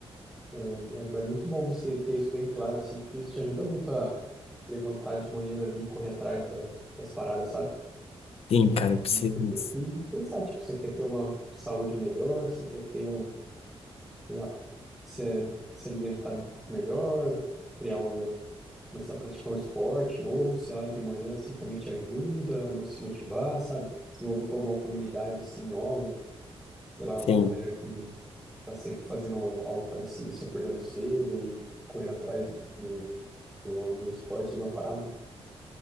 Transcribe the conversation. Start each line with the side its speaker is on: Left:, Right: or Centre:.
Centre: é, é é muito bom você ter isso bem claro, assim, porque isso te ajuda muito a levantar de manhã ali e correr atrás da, das paradas, sabe?
Left: Sim, cara, eu preciso.
Centre: E você tem que pensar, tipo, você quer ter uma saúde melhor, você quer ter um, sei lá, se, se alimentar um pouco melhor, criar um, começar a praticar um esporte novo, sei lá, de manhã assim também te ajuda a mo- se motivar, sabe? Se envolver com alguma comunidade assim nova, sei lá,
Left: Sim.
Centre: uma galera que tá sempre fazendo um- algo parecido, se acordando cedo e correndo atrás do, do, do esporte, de uma parada.